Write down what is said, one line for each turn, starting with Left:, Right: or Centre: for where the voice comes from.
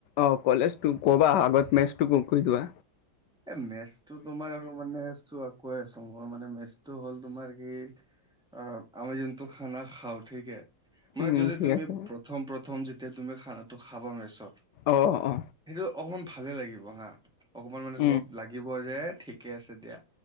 Left: অ' কলেজটো কবা আগত মেচটো কৈ লোৱা।
Centre: এ'মেচটো তোমাৰ আৰু মানে চোৱা কৈ আছো মই মানে মেচটো হ'ল তোমাৰ কি আহ' আমি যোনটো খানা খাওঁ ঠিকে মানে
Left: উম,
Centre: যদি
Left: ঠিক
Centre: তুমি
Left: আছে
Centre: প্ৰথম প্ৰথম যেতিয়া তুমি খানাটো খাবা নোৱাৰিছ
Left: অ অ
Centre: সেইটো অকমান ভালে লাগিব হা অকমান মানে
Left: উম,
Centre: তোমাৰ লাগিব যে ঠিকে আছে দিয়া।